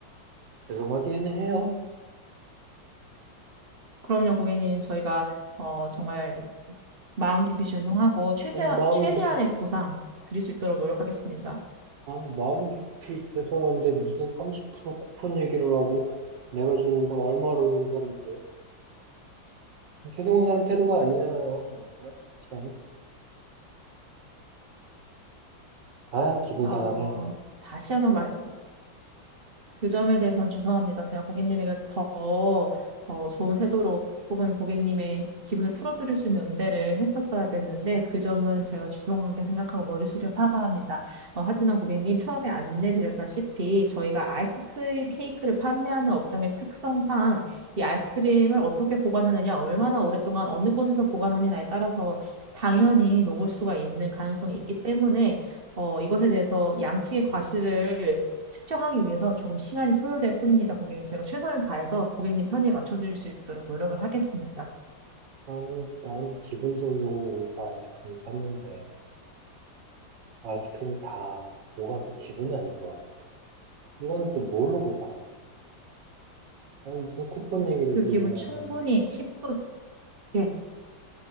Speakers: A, on the right; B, on the right.
A: 죄송하긴 해요.
B: 그럼요, 고객님 저희가 어, 정말 마음 깊이 죄송하고 최세,
A: 아니, 마음
B: 최대한의
A: 깊이,
B: 보상 드릴 수 있도록 노력하겠습니다.
A: 아니, 마음 깊이 죄송한데 무슨 30% 쿠폰 얘기를 하고 내가 지금 이걸 얼마로 주고 샀는데. 최승훈 사람 태도가 아니잖아요. 아, 참. 아, 기분
B: 어,
A: 상하네.
B: 다시 한번 말, 그 점에 대해서는 죄송합니다. 제가 고객님에게 더 어, 좋은 태도로 혹은 고객님의 기분을 풀어드릴 수 있는 응대를 했었어야 됐는데 그 점은 제가 죄송하게 생각하고 머리 숙여 사과합니다. 어, 하지만 고객님 처음에 안내드렸다시피 저희가 아이스크림 케이크를 판매하는 업장의 특성상 이 아이스크림을 어떻게 보관하느냐, 얼마나 오랫동안 어느 곳에서 보관하느냐에 따라서 당연히 녹을 수가 있는 가능성이 있기 때문에 어, 이것에 대해서 양측의 과실을 측정하기 위해서 조금 시간이 소요될 뿐입니다, 고객님. 제가 최선을 다해서 고객님 편의에 맞춰드릴 수 있도록 노력을 하겠습니다.
A: 아니, 난 기분 좋으려고 여기서 아이스크림 샀는데, 아이스크림이 다 녹아서 기분이 안 좋아요. 이거는 또 뭘로 보상을 할까? 아니, 무슨 쿠폰 얘기를
B: 그
A: 들고
B: 기분
A: 나오다니.
B: 충분히 10분, 예.